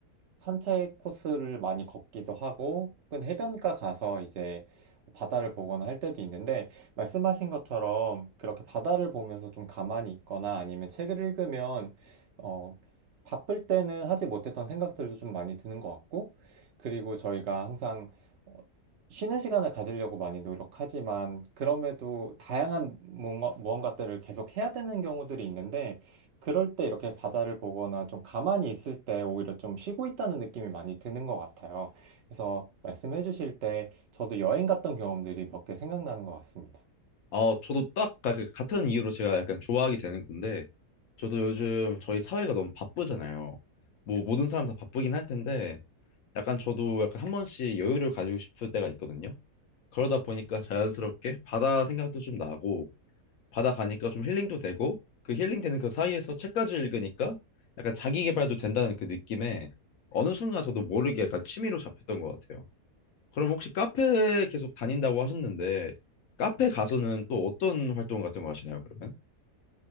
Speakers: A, on the right; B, on the left.
A: 산책 코스를 많이 걷기도 하고, 혹은 해변가 가서 이제 바다를 보거나 할 때도 있는데, 말씀하신 것처럼 그렇게 바다를 보면서 좀 가만히 있거나 아니면 책을 읽으면, 어, 바쁠 때는 하지 못했던 생각들도 좀 많이 드는 것 같고, 그리고 저희가 항상 어, 쉬는 시간을 가지려고 많이 노력하지만, 그럼에도 다양한 뭔가, 무언가들을 계속 해야 되는 경우들이 있는데, 그럴 때 이렇게 바다를 보거나 좀 가만히 있을 때 오히려 좀 쉬고 있다는 느낌이 많이 드는 것 같아요. 그래서 말씀해 주실 때 저도 여행 갔던 경험들이 몇 개 생각나는 것 같습니다.
B: 어, 저도 딱 가- 그 같은 이유로 제가 약간 좋아하게 되는 건데, 저도 요즘 저희 사회가 너무 바쁘잖아요. 뭐 모든 사람 다 바쁘긴 할 텐데, 약간 저도 약간 한 번씩 여유를 가지고 싶을 때가 있거든요. 그러다 보니까 자연스럽게 바다 생각도 좀 나고, 바다 가니까 좀 힐링도 되고, 그 힐링되는 그 사이에서 책까지 읽으니까 약간 자기 개발도 된다는 그 느낌에 어느 순간 저도 모르게 약간 취미로 잡혔던 것 같아요. 그럼 혹시 카페 계속 다닌다고 하셨는데 카페 가서는 또 어떤 활동 같은 거 하시나요, 그러면?